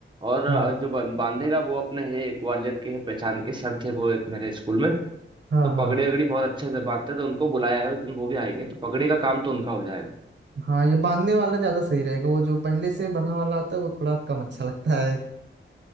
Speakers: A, on the right; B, on the right.
A: और अ,
B: हाँ
A: जो बन- बांधेगा वो अपने है ग्वालियर के है पहचान के सर थे वो एक मेरे स्कूल में
B: हाँ
A: तो पगड़ी
B: हाँ
A: वगड़ी बहुत अच्छे से बांधते हैं तो उनको बुलाया है उस दिन वो भी आएंगे तो पगड़ी का काम तो उनका हो जाएगा
B: हाँ ये बांधने वाला ज्यादा सही रहेगा वो जो पहले से बना वाला आता है वो थोड़ा कम अच्छा लगता है